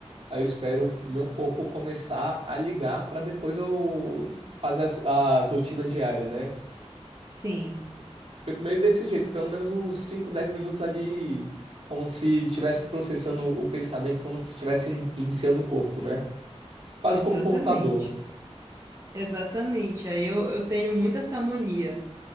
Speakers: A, on the right; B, on the right.
A: Aí eu espero o meu corpo começar a ligar para depois eu fazer as, as rotinas diárias, né?
B: sim,
A: Fico meio desse jeito, pelo menos uns 5, 10 minutos ali, como se estivesse processando o pensamento, como se estivesse in- iniciando o corpo, né? Quase
B: exatamente.
A: como um computador.
B: Exatamente. Aí eu, eu tenho muito essa mania.